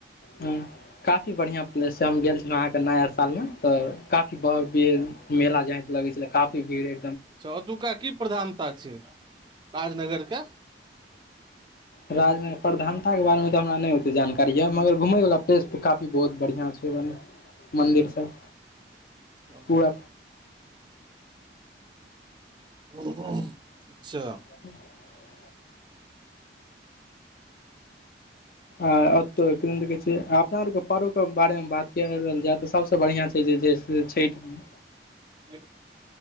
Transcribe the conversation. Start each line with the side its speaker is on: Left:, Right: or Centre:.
Left: हं काफी बढ़िया प्लेस छै हम गेल छलो अहाँके नाया साल में तऽ काफी ब मेला जेका लगै छलै काफी भीड़ है
Right: अच्छा ओतुका की प्रधानता छै, राजनगरके
Left: राजन प्रधानताके बारेमे तऽ हमरा नहि ओते जानकारी यऽ मगर घुमय वला प्लेस त काफी बहुत बढ़िआँ छै मन्दिर सब
Right: ओ
Left: पूरा
Right: उम्ह उम्ह अच्छा
Left: <unintelligible> आ अतौ किदुन त कहै छै अपना आर के पारों के बारे मे बात कियैल जाय त सबस बढ़िया छै से जे छैम <unintelligible>
Right: <unintelligible>